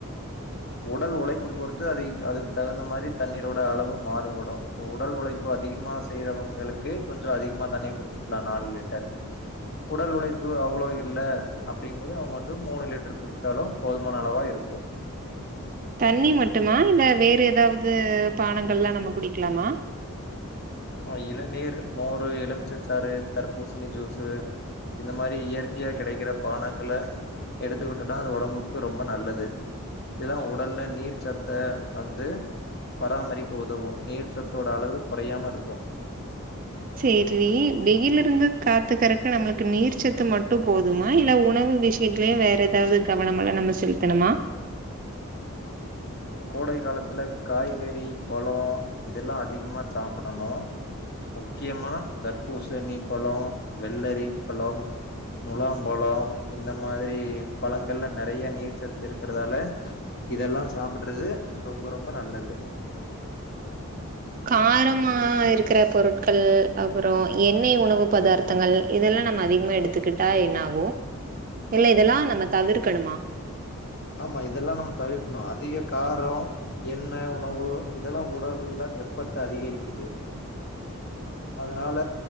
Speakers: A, on the left; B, on the right.
A: உடல் உழைப்பு பொறுத் த்து அத அதுக்கு தகுந்த மாரி தண்ணீரோட அளவு மாறுபடும் இப்போ உடல் உழைப்பு அதிகமா செய்யறவங்களுக்கு கொஞ்சோ அதிகமாக தண்ணீர் குடிச்சு குலா நாலு லிட்டர் உடல் உழைப்பு அவ்வளோ இரு இல்ல அப்படிங்கபோது அவங்க வந்து மூணு லிட்டர் குடிச்சாலும் போதுமான அளவா இருக்கும்
B: தண்ணி மட்டுமா இல்ல வேற ஏதாவது பானங்கள்லா நம்ம குடிக்கலாமா
A: ஆஹ் இளநீர் மோர் ஒரு எலுமிச்சச்சாறு தர்பூசணி ஜூசு இந்த மாதிரி இயற்கையாக கிடைக்கிற பானங்கள எடுத்துக்கிட்டனா அது உடம்புக்கு ரொம்ப நல்லது இதல்லா உடல்ல நீர் சத்தை வந்து பராமரிக்க உதவும் நீர் சத்தோட அளவு குறையாம இருக் கும்
B: சேரி வெயில இருந்து காத்துக்கறக்கு நம்மளுக்கு நீர்ச்சத்து மட்டும் போதுமா இல்ல உணவு விஷயத்தலயே வேற ஏதாவது கவனம் எல்லா நம்ம செலுத்தணுமா
A: கோடை காலத்துல காய்கறி பலோ இதெல்லா அதிகமாக சாப்பிடணும் முக்கியமா தர்பூசணி பலோ வெள்ளரி பழம் முலாம்பழ இந்த மாதிரி பழங்கள்ல நெறைய நீர்ச்சத்து இருக்கிறதால இதெல்லா சாப்பிடுறது ரொம்ப ரொம்ப நல்லது
B: காரமா இருக்கிற பொருட்கள் அப்புறம் எண்ணெய் உணவு பதார்த்தங்கள் இதெல்லா நம்ம அதிகமா எடுத்துக்கிட்டா என்னாகும் இல்ல இதெல்லா நம்ம தவிர்க்கணுமா
A: ஆமா இதெல்லா நம்ம தவிர்க்கணும் அதிக காரம் எண்ணெ உணவு இதெல்லா உடவுல வெப்பத்தை அதிகரிக்குது அதனால